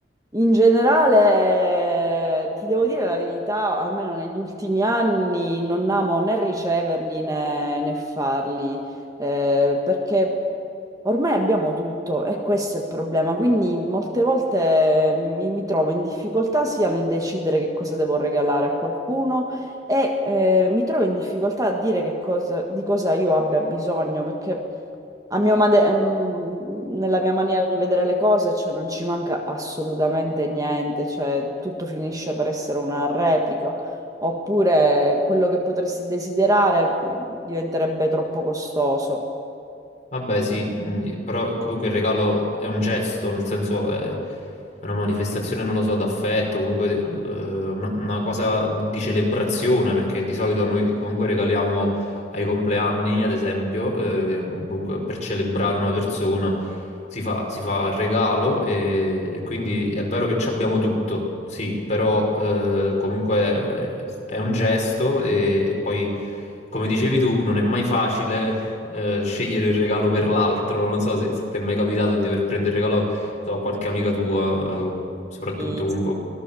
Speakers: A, on the right; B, on the left.
A: in generale ti devo dire la verità, almeno negli ultimi anni non amo né riceverli né, né farli eh, perché ormai abbiamo tutto e questo è il problema. Quindi molte volte mm, mi, mi trovo in difficoltà sia nel decidere che cosa devo regalare a qualcuno e eh, mi trovo in difficoltà a dire che cosa, di cosa io abbia bisogno, perché a mio made- ehm, nella mia maniera di vedere le cose, cioè, non ci manca assolutamente niente, cioè, tutto finisce per essere una replica. Oppure quello che potresti desiderare mh, diventerebbe troppo costoso.
B: Vabbè, sì, mh, però comunque il regalo è un gesto, nel senso è, è una manifestazione, non lo so, d'affetto, comunque eh, una, una cosa di celebrazione, perché di solito noi comunque regaliamo ai compleanni, ad esempio, eh, che comunque per celebrare una persona si fa, si fa il regalo e, e quindi è vero che ci abbiamo tutto, sì, però eh, comunque eh, è un gesto e, e poi, come dicevi tu, non è mai facile eh, scegliere il regalo per l'altro. Non so se, se ti è mai capitato di dover prendere il regalo, so, a qualche amica tua, eh, soprattutto
A: Sì,
B: comunque,
A: sì,